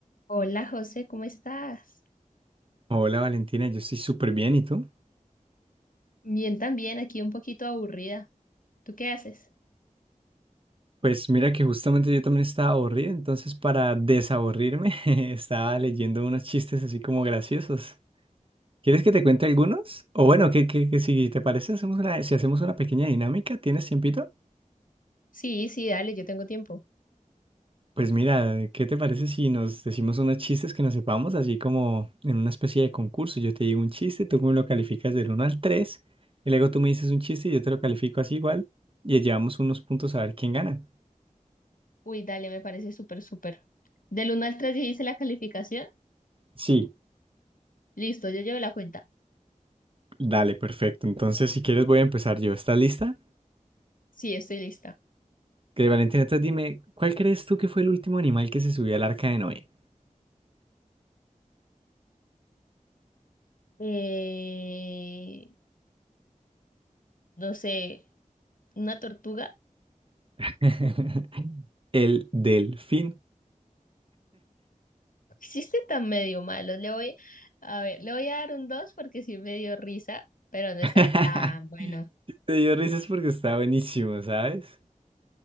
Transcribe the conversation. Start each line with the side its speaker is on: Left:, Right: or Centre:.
Left: Hola José, ¿cómo estás?
Right: Hola Valentina, yo estoy súper bien, ¿y tú?
Left: Bien también, aquí un poquito aburrida. ¿Tú qué haces?
Right: Pues mira que justamente yo también estaba aburrido, entonces para desaburrirme <laughs> estaba leyendo unos chistes así como graciosos. ¿Quieres que te cuente algunos? O bueno, que, que, que si te parece, hacemos una, si hacemos una pequeña dinámica, ¿tienes tiempito?
Left: Sí, sí, dale, yo tengo tiempo.
Right: Pues mira, ¿qué te parece si nos decimos unos chistes que nos sepamos, así como en una especie de concurso? Yo te digo un chiste, tú me lo calificas del uno al 3 y luego tú me dices un chiste y yo te lo califico así igual, y llevamos unos puntos a ver quién gana.
Left: Uy, dale, me parece súper, súper. Del uno al 3 hice la calificación.
Right: Sí.
Left: Listo, yo llevo la cuenta.
Right: Dale, perfecto. Entonces, si quieres, voy a empezar yo. ¿Estás lista?
Left: Sí, estoy lista.
Right: Que Valentina, entonces dime, ¿cuál crees tú que fue el último animal que se subió al arca de Noé?
Left: Eh, no sé, una tortuga.
Right: <laughs> El delfín.
Left: <laughs> Hiciste tan medio malo. Le voy, a ver, le voy a dar un 2 porque sí me dio risa, pero no está
Right: <laughs>
Left: tan bueno.
Right: Te dio risas porque está buenísimo, ¿sabes?